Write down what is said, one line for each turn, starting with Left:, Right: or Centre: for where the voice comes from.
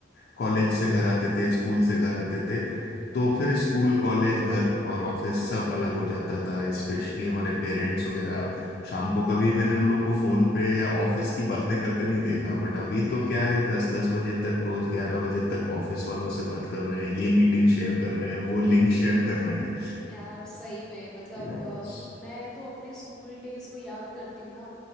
Left: कॉलेज से घर आते थे स्कूल से घर आते थे तो फिर स्कूल कॉलेज घर और ऑफिस सब अलग हो जाता था स्पेशली हमारे पेरेंट्स वगैरह शाम को कभी मैंने उन लोग को फोन पे या ऑफिस की बातें करते नहीं देखा बट अभी तो क्या है दस दस बजे तक रोज ग्यारह बजे तक ऑफिस वालों से बात कर रहे हैं ये मीटिंग शेयर कर रहे हैं वो लिंक शेयर कर रहे हैं
Centre: यार सही में मतलब
Left: यस
Centre: अ, मैं तो अपने स्कूल डेज को याद करती हूँ ना